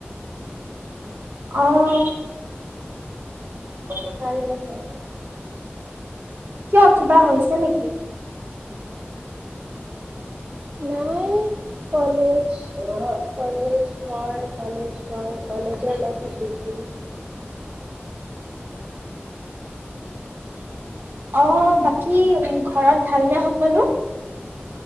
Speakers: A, on the right; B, on the right.
A: অ <unintelligible>
B: ভাল নহয়।
A: কিয় কিবা হৈছে নেকি?
B: নাই কলেজ কলেজ ঘৰ কলেজ ঘৰ কলেজৰ লাইফত বিজি।
A: অ বাকী ঘৰত ভালনে সকলো?